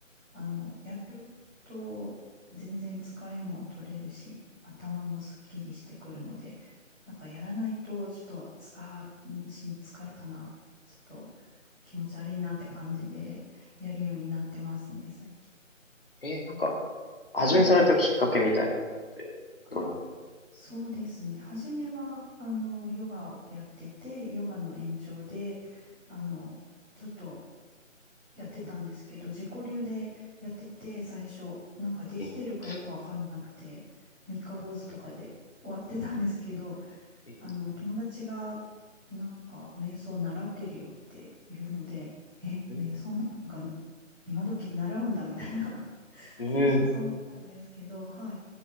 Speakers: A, in the centre; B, on the left (about 45°).
A: あの、やると全然疲れも取れるし、頭もすっきりしてくるので、なんかやらないと、ちょっと、つあーうんし疲れたな、ちょっと気持ち悪いなって感じでやるようになってますね、最近。
B: ーえーなんか、始めされたきっかけみたいなのって、
A: はい。あ、
B: どうなの
A: そうですね。初めは、あの、ヨガをやってて、ヨガの延長で、あの、ちょっとやってたんですけど、自己流でやってて、最初、なんかできてるかよくわかんなくて、
B: え
A: 三日坊主とかで終わってたんですけど、
B: ー、え
A: あの、友達が、なんか、瞑想習ってるよっていうので、え、
B: ー、
A: 瞑想なんか今時習うんだみたいな <laughs>
B: うん、
A: 最初そう思ったんですけど、
B: うん
A: はい。